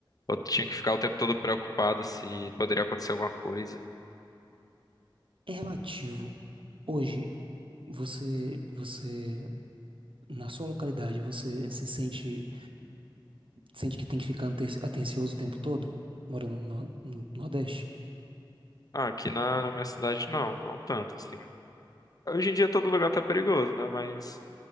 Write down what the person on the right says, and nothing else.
É relativo. Hoje, você, você, na sua localidade, você se sente, sente que tem que ficar aten- atencioso o tempo todo, morando no, no Nordeste?